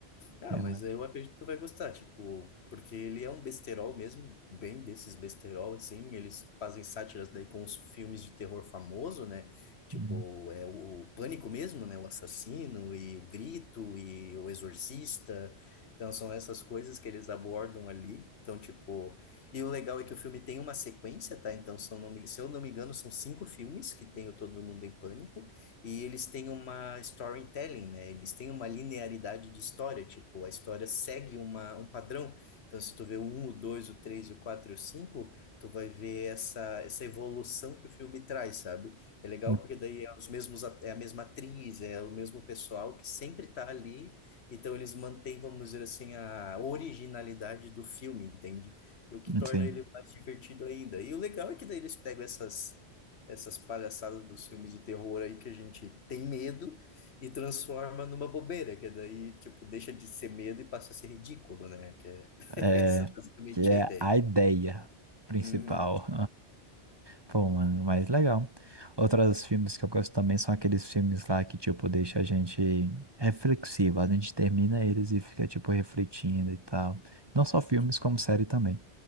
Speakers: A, on the left; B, on the right.
A: Ah,
B: É,
A: mas
B: mas...
A: eu acredito que tu vai gostar, tipo, porque ele é um besterol mesmo, bem desses besterol, assim, eles fazem sátiras daí com os filmes de terror famoso, né? Tipo,
B: Uhum.
A: é o, o Pânico mesmo, né? O Assassino e o Grito e o Exorcista. Então, são essas coisas que eles abordam ali. Então, tipo, e o legal é que o filme tem uma sequência, tá? Então, se eu não me, se eu não me engano, são cinco filmes que tem o Todo Mundo em Pânico. e eles têm uma storytelling, né? Eles têm uma linearidade de história, tipo, a história segue uma, um padrão. Então, se tu vê o um o dois o três o 4 e o cinco tu vai ver essa, essa evolução que o filme traz, sabe? É legal
B: Uhum.
A: porque daí é os mesmos, at- é a mesma atriz, é o mesmo pessoal que sempre tá ali, então eles mantêm, vamos dizer assim, a originalidade do filme, entende? E O que torna
B: Sim,
A: ele mais divertido ainda. E o legal é que daí eles pegam essas essas palhaçadas dos filmes de terror aí que a gente tem medo e transforma numa bobeira, que daí, tipo, deixa de ser medo e passa a ser ridículo, né? Que é <laughs>
B: é...
A: essa basicamente
B: que é
A: é a ideia.
B: a ideia principal.
A: Uhum,
B: Pô, mano, mas legal. Outros filmes que eu gosto também são aqueles filmes lá que, tipo, deixa a gente reflexivo. A gente termina eles e fica, tipo, refletindo e tal. Não só filmes,
A: uhum.
B: como série também.